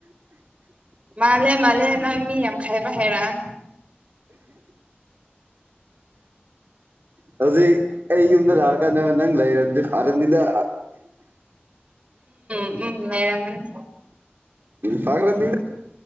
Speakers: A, on the right; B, on the right.
A: ꯃꯥꯜꯦ ꯃꯜꯦꯅ ꯃꯤ ꯌꯥꯝ ꯈꯥꯏꯕ ꯈꯦꯔꯥꯅ
B: ꯍꯧꯖꯤ ꯑꯩ ꯌꯨꯝꯗ ꯂꯥꯛꯑꯀꯥꯟꯗ ꯅꯪ ꯂꯩꯔꯝꯗꯤ ꯐꯔꯅꯤꯗ
A: ꯎꯝ ꯂꯩꯔꯝꯃꯅꯤ
B: ꯐꯒ꯭ꯔꯗ